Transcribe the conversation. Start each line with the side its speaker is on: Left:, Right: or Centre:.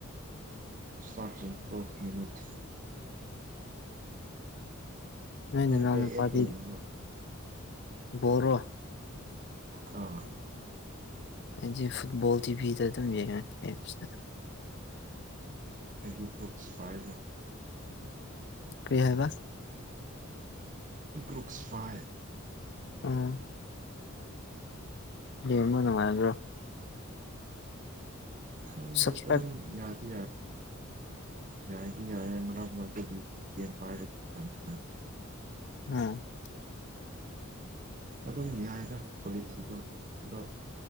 Right: ꯁꯥꯆꯤꯟ ꯇꯣ ꯃꯤꯠ
Left: ꯅ
Right: ꯅꯪ
Left: ꯅ ꯅꯅ
Right: ꯀꯩ
Left: ꯄꯊ
Right: ꯑꯦꯞꯇ ꯌꯦꯡꯉꯤꯅꯣ
Left: ꯣꯔ
Right: ꯑ
Left: ꯑꯩꯗꯤꯦ ꯐꯨꯠꯕꯣꯜ ꯇꯤꯚꯤꯗ ꯑꯗꯨꯝ ꯌꯦꯡꯉ ꯑꯦꯞꯁꯇ
Right: ꯑꯗꯨꯗꯤ ꯈ ꯁꯄꯥꯏꯗ
Left: ꯀ꯭ꯔꯤꯌꯥꯕ
Right: ꯒ꯭ꯔꯨꯛꯁ ꯐꯥꯏ
Left: ꯎꯝ ꯑꯦꯃꯣꯅꯅꯨꯡꯉꯥꯏꯜ꯭ꯔꯣ
Right: ꯎꯝ
Left: ꯁꯞꯁꯀ꯭ꯔꯥꯏꯞ
Right: ꯑꯗꯨꯝ ꯌꯥꯗꯤ ꯌꯥꯏꯦ ꯌꯥ ꯌꯥ ꯃꯛꯇ ꯄ
Left: ꯎꯝ
Right: ꯑꯗꯨꯝ ꯌꯥꯏꯗ ꯀꯣꯂꯤꯁꯤꯤꯗ ꯑꯗꯣ